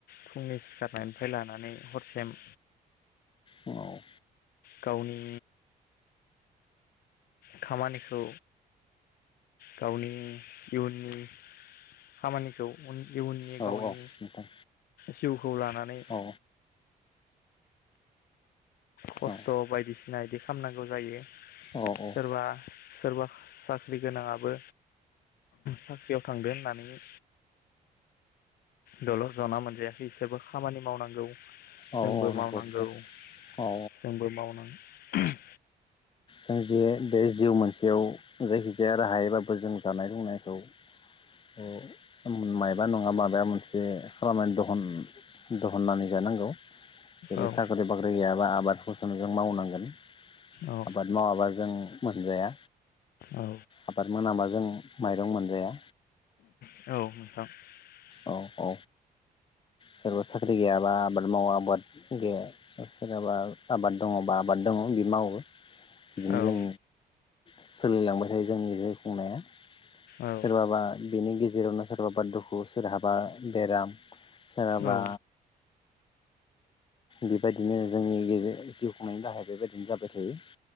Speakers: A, on the left (about 85°); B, on the left (about 35°).
A: फुंनि सिखारनायनिफ्राय लानानै हरसेम
B: औ।
A: गावनि। खामानिखौ गावनि इयुननि खामानिखौ उन इयुननि
B: औ
A: गावनि
B: औ नोंथां
A: जिउखौ लानानै
B: औ
A: खस्थ'
B: औ
A: बायदिस नायदि खामनांगौ जायो।
B: औ
A: सोरबा सोरबा साख्रि गोनाङाबो साख्रियाव थांगोन होननानै दलर जना मोनजायाखै बिसोरबो खामानि मावनांगौ।
B: औ
A: जोंबो
B: नंगौ
A: मावनांगौ।
B: नोंथां
A: जोंबो
B: औ
A: मावनां थुहुम।
B: जाय जे बे जिउ मोनस बेयाव जायखिजाया राहायैबाबो जों जानाय लोंनायखौ ओयो मायबा नङा माबा मोनसे खालामनानै दहन-दहननानै जानांगौ। जेरै
A: औ
B: साखरि बाख्रि गैया बा आबाद फसनजों मावनांगोन
A: औ
B: आबाद मावाबा जों मोनजाया
A: औ
B: आबाद मोनाबाजों माइरं मोनजाया।
A: <unintelligible>
B: औ औ सोरबा साख्रि गैयाबा आबाद माव आबाद गैया ओ सोरनाबा आबाद दङबा आबाद दङ बि मावो। बिदिनो
A: औ
B: जों। सोलिलांबाय थायो जोंनि बेे खुंनाया
A: औ
B: सोरबाबा बेनि गेजेरावनो सोरबाबा दुखु सोरहाबा बेराम। सोरहाबा
A: औ
B: बेबायदिनो जोंनि गेजेर जि जिउ खुंनायनि राहाया बेबायदिनो जाबाय थायो।